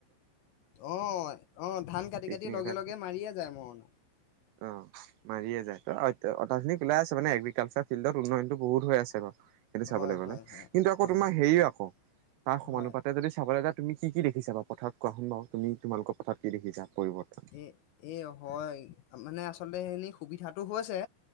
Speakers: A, on the left; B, on the right.
A: অহ, অহ ধান কাটি
B: এইখিনি
A: কাটি লগে,
B: কথা
A: লগে মাৰিয়ে যায় মৰণা
B: অ মাৰিয়ে যায় তো হয় ক ক্া <unintelligible> মানে এগ্ৰিকালচাৰ ফিল্ডত উন্নয়নো বহুত হৈ আছে, বাৰু সেইটো চাবলৈ
A: হয়,
B: গলে
A: হয়, হয়,
B: কিন্তু আকৌ
A: হয়,
B: তোমাৰ হেৰিও আকৌ তাৰ সমানুপাতে
A: হয়।
B: যদি চাবলৈ যায় কি, কি দেখিছা বা পথাৰত কোৱা চোন বাৰু তুমি তোমালোকৰ পথাৰত কি দেখিছা পৰিৱৰ্তন
A: এ, এ হয় মানে আচলতে খিনি সুবিধাটো হৈছে।